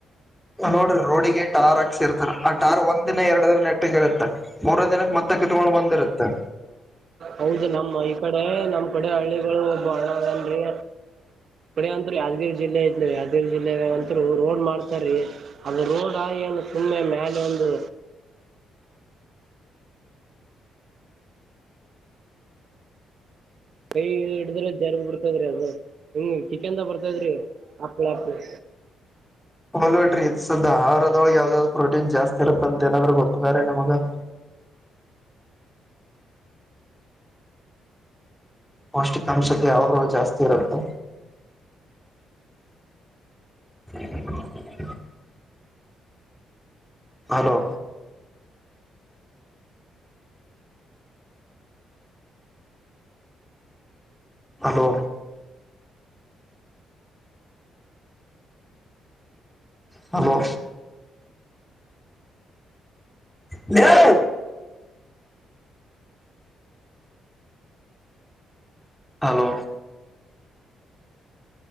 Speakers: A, in the centre; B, on the right.
A: ನೋಡ್ರಿ ರೋಡಿಗೆ ಟಾರ್ ಹಾಕ್ಸಿರ್ತಾರ ಆ ಟಾರ್ ಒಂದ್ ದಿನ ಎರಡು ದಿನ ನೆಟ್ಟಗೆ ಇರುತ್ತೆ ಮೂರನೇ ದಿನಕ್ಕೆ ಮತ್ತೆ. ಕಿತ್ಕೊಂಡ್ ಬಂದಿರುತ್ತೆ.
B: ಹೌದು ನಮ್ಮ ಈ ಕಡೆ ನಮ್ ಕಡೆ ಹಳ್ಳಿಗಳು ಬಾಳ ಅದೇನ್ರಿ. ಅಂದ್ರ ಯಾದಗಿರಿ ಜಿಲ್ಲೆ ಇದ ಯಾದಗಿರಿ ಜಿಲ್ಲೆ ಅಂತೂ ರೋಡ್ ಮಾಡ್ ಅದು ರೋಡ್ ಆಗಿ ಏನು ಸುಮ್ಮನೆ ಮೇಲೆ ಒಂದು. ಕೈ ಹಿಡಿದ್ರ ಜಾರದ ಬರ್ತದ್ರಿ ಅದು ಹಿಂಗ ಕಿತ್ಕೊಂಡ್ ಬರ್ತದ್ರಿ ಹಪ್ಪಳ ಹಾಪ.
A: <inaudible> ಮಲ್ಟ್ರಿ ಸುದ್ದ ಆಹಾರದೊಳ ಯಾವ್ದಾವ್ದ ಪ್ರೋಟೀನ್ ಜಾಸ್ತಿ ಇರುತ್ತ ಅಂತ ಏನಾದ್ರು ಗೊತ್ತಿದಾರೆ ನಮಗ. <inaudible> ಪೌಷ್ಟಿಕಾಂಶತೆ ಯಾವದ್ರಲ್ಲಿ ಜಾಸ್ತಿ ಇರುತ್ತೆ. <inaudible> Hello hello hello <unintelligible> Hello.